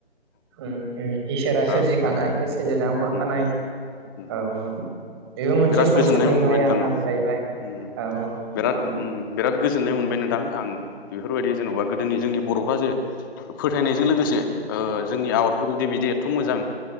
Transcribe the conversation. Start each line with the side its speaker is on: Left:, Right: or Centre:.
Right: ओम ओम इसोरा
Left: आं
Right: सोरजिखानाय
Left: उम उम
Right: सोरजिनानै हरखानाय
Left: उम उम
Right: औ औ बेबो मोनसे
Left: बिराद
Right: संसारनि
Left: गोजोननाय मोनबाय
Right: माया
Left: नोंथां
Right: होननांगौ
Left: औ उम
Right: जाहैबाय
Left: उम
Right: औ
Left: बिराद
Right: औ
Left: उम उम बिराद गोजोननाय मोनबाय नोंथां आं बेफोरबायदि जेने'बा गोदोनि जोंनि बर'फोरा जे फोथायनायजों लोगोसे ओ जोंनि आबादफोरखौदि बिदि एथ' मोजां